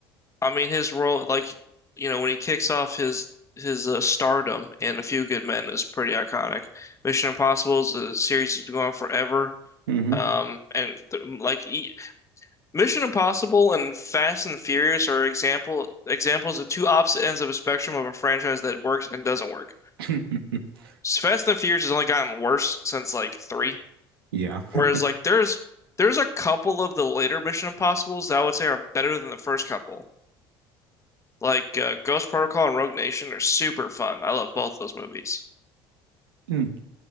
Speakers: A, on the left; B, on the right.
A: I mean, his role, like, you know, when he kicks off his his uh, stardom in A Few Good Men is pretty iconic. Mission Impossible is a series that's gone on forever.
B: hmm
A: Um, and th like e Mission Impossible and Fast and Furious are example examples of two opposite ends of a spectrum of a franchise that works and doesn't work.
B: <laughs>
A: Fast and Furious has only gotten worse since like three,
B: Yeah.
A: whereas
B: <laughs>
A: like there's there's a couple of the later Mission Impossibles that I would say are better than the first couple. Like uh, Ghost Protocol and Rogue Nation are super fun. I love both those movies.
B: Mm.